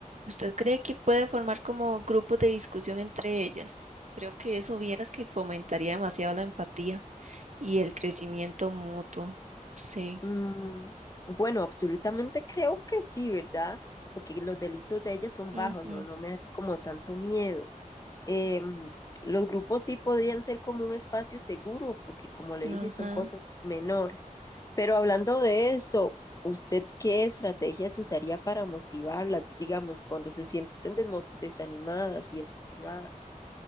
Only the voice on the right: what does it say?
¿usted cree que puede formar como grupos de discusión entre ellas? Creo que eso vieras que fomentaría demasiado la empatía y el crecimiento mutuo. Sí.
Ujú,
Ajá.